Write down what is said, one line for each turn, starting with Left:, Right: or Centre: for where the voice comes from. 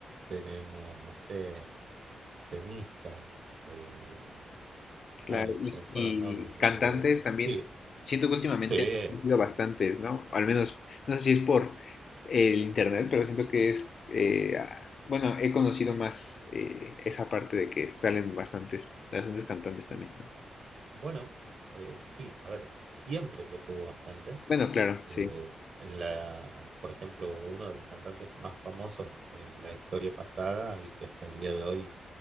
Right: tenemos, no sé, tenistas. eh,
Left: Claro.
Right: Ay,
Left: Y,
Right: se me fueron
Left: y
Right: los nombres.
Left: cantantes
Right: eh,
Left: también.
Right: sí,
Left: Siento que últimamente
Right: sí.
Left: han surgido bastantes, ¿no? Al menos, no sé si es por el internet, pero siento que es, eh, ah, bueno, he conocido más eh, esa parte de que salen bastantes, bastantes cantantes también,
Right: mm,
Left: ¿no?
Right: Bueno, eh, sí, a ver, siempre creo que hubo bastantes.
Left: Bueno, claro, sí.
Right: eh, en la, por ejemplo, uno de los cantantes más famosos de la historia pasada y que hasta el día de hoy